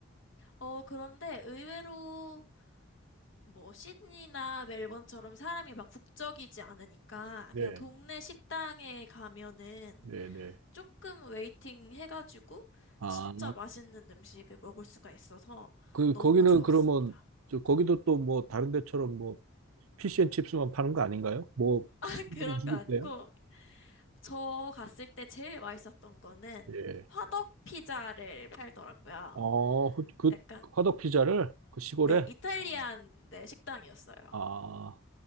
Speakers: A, on the left (about 65°); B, on the right (about 90°).
A: 어 그런데 의외로 뭐 시드니나 멜번처럼 사람이 막 북적이지 않으니까
B: 네,
A: 그냥 동네 식당에 가면은
B: 네, 네.
A: 조금 웨이팅 해가지고
B: 아,
A: 진짜 맛있는 음식을 먹을 수가 있어서
B: 그,
A: 너무
B: 거기는
A: 좋았습니다.
B: 그러면, 저, 거기도 또 뭐, 다른 데처럼 뭐, 피시앤칩스만 파는 거 아닌가요? 뭐, 특산물
A: <laughs> 그런
B: 음식이세요?
A: 거 아니고 저 갔을 때 제일 맛있었던 거는
B: 예.
A: 화덕 피자를 팔더라고요.
B: 어, 그, 그
A: 약간
B: 화덕 피자를 그 시골에?
A: 네, 이탈리안
B: 어,
A: 네, 식당이었어요.
B: 아,